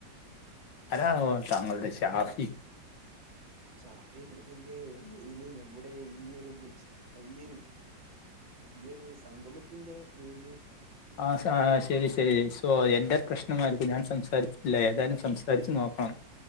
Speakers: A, on the left; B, on the right.
A: അതാണോ താങ്കളുടെ ഷാഫി
B: ഷാഫീന്ന് ഇതിന്റെ മീനിങ്ങ നമ്മുടെ ഈയൊരു മുച്ച് ഈ ഒര് ഈ ഒരു സംഗമ ത്തിന്റെ മെനി
A: ആ സ ശെരി ശെരി സോ എന്റെ പ്രശ്നമായ്രിക്കും ഞാൻ സംസാരിച്ചിട്ടില്ല ഏതായാലും സംസാരിച്ച് നോക്കാം